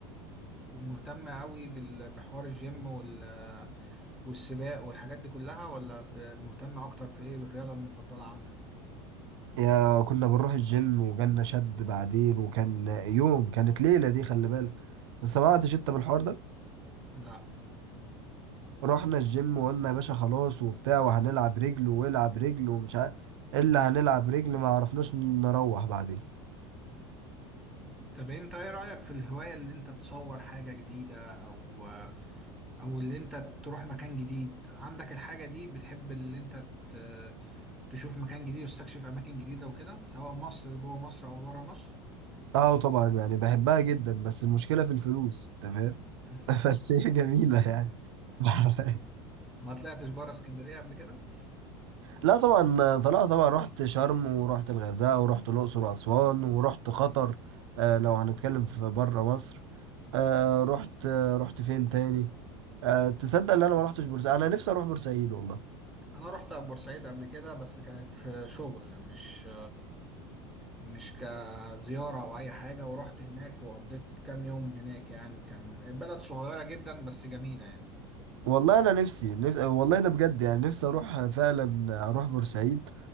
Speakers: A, in the centre; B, on the right.
A: ومهتم قوي بال- بحوار الجيم وال... والسباق والحاجات دي كلها ولا ب- مهتم اكتر في ايه بالرياضه المفضله عندك
B: يا كنا بنروح الجيم وجالنا شد بعدين وكان يوم كانت ليلة دي خلي بالك سمعتش انت بالحوار ده
A: لا
B: رحنا الجيم وقلنا يا باشا خلاص وبتاع وهنلعب رجل والعب رجل ومش عارف الا هنلعب رجل ما عرفناش نروح بعدين
A: طب انت ايه رايك في الهوايه اللي انت تصور حاجه جديده او او اللي انت تروح مكان جديد عندك الحاجة دي بتحب اللي انت ت- تشوف مكان جديد وتستكشف اماكن جديدة وكده سواء مصر جوه مصر او بره مصر
B: اه طبعا يعني بحبها جدا بس المشكلة في الفلوس تمام
A: <laughs>
B: <laughs> بس هي جميلة يعني <laughs>
A: ما طلعتش بره اسكندرية قبل كده
B: لا طبعا طلعت طبعا رحت شرم ورحت الغردقة ورحت الأقصر وأسوان ورحت قطر آه لو هنتكلم في بره مصر آه رحت آه رحت فين تاني آه تصدق ان انا ما رحتش بورسعيد انا نفسي اروح بورسعيد والله
A: انا رحت بورسعيد قبل كده بس كانت في شغل مش مش كزيارة او اي حاجة ورحت هناك وقضيت كام يوم هناك يعني كان البلد صغيرة جدا بس جميلة يعني
B: والله انا نفسي نف... والله ده بجد يعني نفسي اروح فعلا اروح بورسعيد